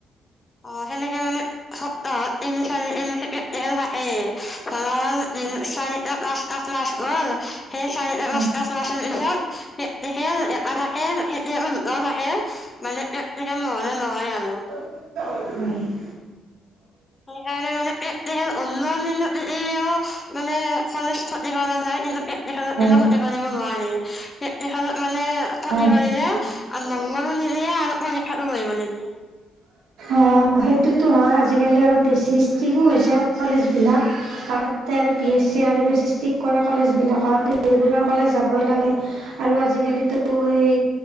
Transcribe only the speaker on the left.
<unintelligible> <unintelligible> <unintelligible>
<unintelligible>
<unintelligible> <unintelligible>
<unintelligible>
<unintelligible>